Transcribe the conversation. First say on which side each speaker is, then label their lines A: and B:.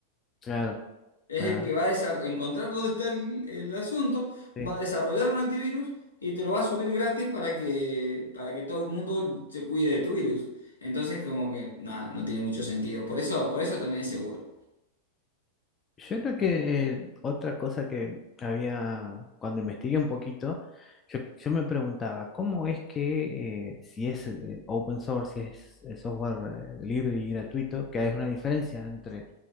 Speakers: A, on the left (about 25°); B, on the left (about 75°).
A: Claro,
B: Es
A: claro.
B: el que va a desa- encontrar dónde está el, el asunto,
A: Sí.
B: va a desarrollar un antivirus y te lo va a subir gratis para que, para que todo el mundo se cuide de tu virus. Entonces, como que nada, no tiene mucho sentido. Por eso, por eso también es seguro.
A: Yo creo que eh, otra cosa que había, cuando investigué un poquito, yo, yo me preguntaba, ¿cómo es que eh, si es eh, open source, si es eh, software eh, libre y gratuito, que hay una diferencia entre